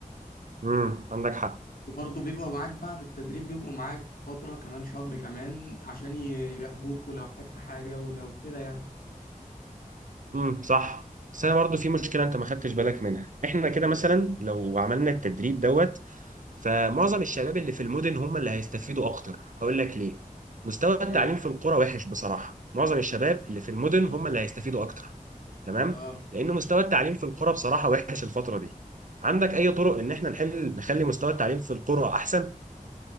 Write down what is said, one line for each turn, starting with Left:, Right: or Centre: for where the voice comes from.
Right: امم عندك حق
Left: وبرضه بيبقوا معاك بعد التدريب بيبقوا معاك فترة كمان شهر كمان عشان ي- يراقبوك ولو احتجت حاجة ولو كده يعني
Right: امم صح بس أنا برضه في مشكلة أنت ما خدتش بالك منها إحنا كده
Left: ليه
Right: مثلا لو عملنا التدريب دوت فمعظم الشباب اللي في المدن هم اللي هيستفيدوا أكتر هقول لك ليه مستوى التعليم
Left: ليه؟
Right: في القرى وحش بصراحة معظم الشباب اللي في المدن هم اللي هيستفيدوا أكتر تمام
Left: اه
Right: لأنه مستوى التعليم في القرى بصراحة وحش الفترة دي عندك أي طرق إن إحنا نحل نخلي مستوى التعليم في القرى أحسن؟